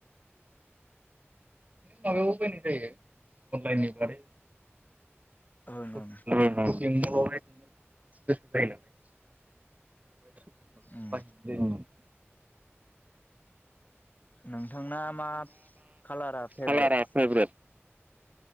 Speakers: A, on the right; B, on the left.
A: माबायाव बायनाय जायो अनलाइननि दारै
B: ओं
A: प <unintelligible>
B: उम
A: ् <unintelligible> <inaudible> <unintelligible> <inaudible>
B: नोंथांना मा कालारा फेभरेट
A: कालारा फेभरेट?